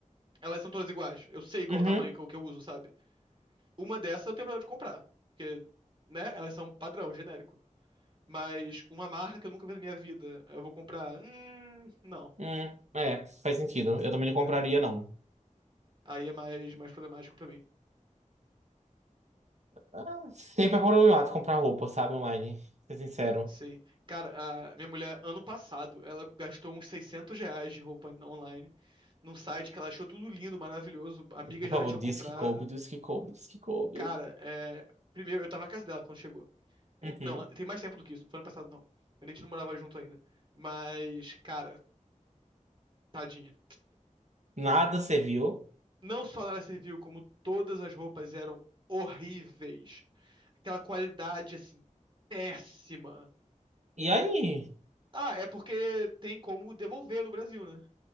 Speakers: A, on the right; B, on the right.
A: elas são todas iguais. Eu sei qual
B: Uhum.
A: o tamanho que eu, que eu uso, sabe? Uma dessas eu tenho problema de comprar. Porque, né? Elas são padrão, genérico. Mas uma marca que eu nunca vi na minha vida, eu vou comprar. Hum, não,
B: Hum, é, faz sentido. Eu também não compraria,
A: entendeu?
B: não.
A: Aí é mais, mais problemático pra mim.
B: Ah, Sempre é problemático comprar roupa, sabe, online. Ser sincero.
A: Sim. Cara, a minha mulher, ano passado, ela gastou uns 600 reais de roupa online, num site que ela achou tudo lindo, maravilhoso, amigas
B: Por favor,
A: já tinham
B: diz
A: comprado.
B: que coube, diz que coube, diz que coube.
A: Cara, é... primeiro, eu tava na casa dela quando chegou. É,
B: Uhum.
A: não, tem mais tempo do que isso, não foi ano passado, não. A gente não morava junto ainda. Mas, cara, tadinha.
B: Nada serviu.
A: Não só ela serviu, como todas as roupas eram horríveis. Aquela qualidade, assim, péssima.
B: E aí?
A: Ah, é porque tem como devolver no Brasil, né?